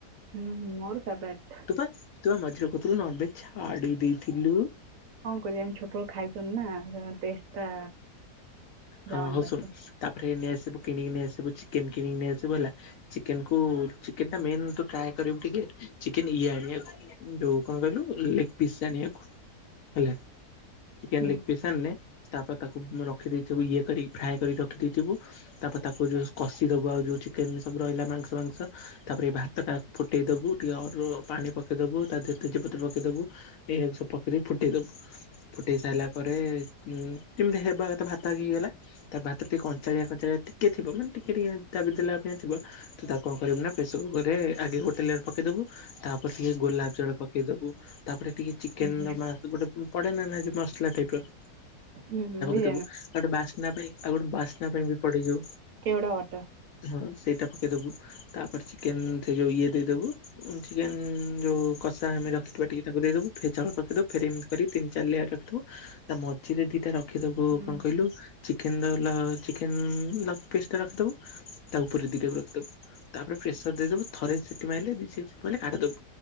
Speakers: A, on the right; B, on the left.
A: ହୁଁଁ ମର ତବାଟ
B: ତୁପ ତୁପ ମଝିରେ କହୁଥିଲୁ ନନଭେଜ ଛାଡିଦେଇଥିଲୁ।
A: କଣ କରିବ ଆମେ ଛୋଟବେେଳୁ ଖାଇଛନ୍ତି ନା ଟେଷ୍ଟ ଟା
B: ହଁ
A: ଯାଉନି
B: ହଉ
A: ପାଟିରୁ।
B: ଶୁଣ ତାପରେ ନେଇଆସିବୁ କିଣିକି ନେଇ ଆସିବୁ ଚିକେନ କିଣିକି ନେଇଆସିବୁ ହେଲା ଚିକେନ କୁ ଚିକେନ ଟା ମେନ୍ ତ ଟ୍ରାଏ କରିବୁ ଟିକେ ଚିକେନ ଇଏ ଆଣ ହେଲା ଯୋଉ କଣ କହିଲୁ ଲିଗ୍ ପିସ୍ ଆଣିବାକୁ ହେଲା। ଚିକେନ
A: ହୁଁ
B: ଲେଗ ପିସ୍ ଆଣିଲେ ତାପରେ ତାକୁ ରଖିଦଇଥିବୁ ଇଏ କରିକି ଫ୍ରାଏ କରିକି ରଖିଦଇଥିବୁ। ତାପରେ ତାକୁ ଯୋଉ କଷି ଦବ ଆଉ ଯୋଉ ଚିକେନ ସବୁ ରହିଲା ମାଂସ ମାଂସ ତାପରେ ଏଇ ଭାତ ଟା ଫୁଟେଇ ଦବୁ ଟିକେ ଅ ପାଣି ପକେଇଦବୁ ତା ଦେହରେ ତେଜପତ୍ର ପକେଇଦବୁ ଏକୁ ସବୁ ପକେଇି ଫୁଟେଇ ଦବୁ ଫୁଟେଇ ସାରିଲା ପରେ ଉ କେମିତି ହେବା ଭାତ ଆଗ ହେଇଗଲା ତା ଭାତ ଟିକେ କଞ୍ଚାଳିଆ କଞ୍ଚାଳିଆ ଟିକେ ଥିବ ମାନ ଟିକେ ଟିକେ ଦାବି ଦେଲା ପାଇଁ ଥିବ ତ ତାକୁ କଣ କରିବି ନା ପ୍ରେସରକୁକର ରେ ଆଗେ ଲେଗ୍ ପକେଇଦବୁ ତାପରେ ଟିକେ ଗୋଲାପ ଜଳ ପକେଇଦବୁ। ତାପରେ ଟିକେ ଚିକେନ
A: ହୁଁ ହୁଁ
B: ର ମାସ ଗୋଟେ ପଡେ ନା ନା ମସଲା ଟାଇପ ର
A: ହୁଁ ବେ
B: ବୁ ଆ ଗୋଟେ ବାସ୍ନା ପାଇଁ ଆଉ ଗୋଟେ ବାସ୍ନା ପାଇଁ ବି ପଡ଼େଯିବୁ।
A: କେଉଡା ବଟର
B: ହଁ ସେଇଟା ପକେଇଦବୁ ତାପରେ ଚିକେନ ସେ ଯୋଉ ଇଏ ଦେଇଦବା ଚିକେନ ଯୋଉ କଷା ଆମେ ରଖିଥିବା ଟିକେ ତାକୁ ଦେଇଦବୁ ଫେରି ଚାଉଳ ପକେଇଦବ। ଫେର ଏମିତି ତିନି ଚାରି ଲେୟାର ରଖିଥିବୁ। ତା ମଝିରେ ଦିଟା ରଖିଦବୁ
A: ହୁଁ
B: କଣ କହିଲୁ chicken roll chicken leg fish ଟା ରଖିଦବୁ। ତା ଉପରେ ଟିକେ ରଖିଦବୁ ତାପରେ ପ୍ରେସର ଦେଇଦବୁ ଥରେ ସିଟି ମାରିଲେ <unintelligible> କାଢ଼ିଦବୁ।